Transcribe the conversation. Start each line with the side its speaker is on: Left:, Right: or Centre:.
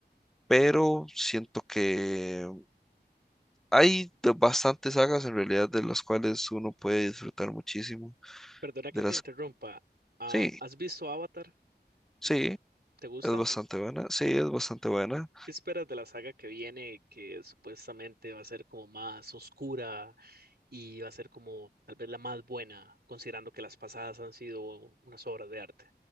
Centre: pero siento que hay de- bastantes sagas en realidad de las cuales uno puede disfrutar muchísimo.
Right: Perdona
Centre: De
Right: que te
Centre: las...
Right: interrumpa. Ah,
Centre: Sí,
Right: ¿has visto Avatar?
Centre: sí,
Right: ¿Te gusta?
Centre: es bastante buena, sí, es bastante buena.
Right: ¿Qué esperas de la saga que viene, que supuestamente va a ser como más oscura y va a ser como tal vez la más buena, considerando que las pasadas han sido unas obras de arte?